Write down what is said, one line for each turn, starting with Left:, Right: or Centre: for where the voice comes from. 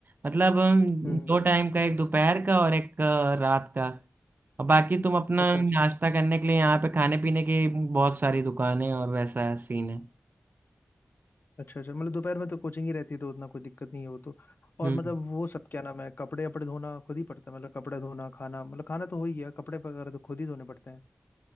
Right: मतलब अम,
Left: हम्म
Right: दो टाइम का एक दोपहर का और एक अ, रात का और बाकी तुम अपना
Left: अच्छा अच्छा
Right: नाश्ता करने के लिए यहाँ पे खाने पीने की बहुत सारी दुकानें और वैसा सीन है
Left: अच्छा अच्छा मतलब दोपहर में तो कोचिंग ही रहती है तो उतना कोई दिक्कत नहीं है वो तो और
Right: हम्म
Left: मतलब वो सब क्या नाम है कपड़े वपड़े धोना खुद ही पड़ता है मतलब कपड़े धोना खाना मतलब खाना तो हो ही गया कपड़े वगैरह तो खुद ही धोने पड़ते हैं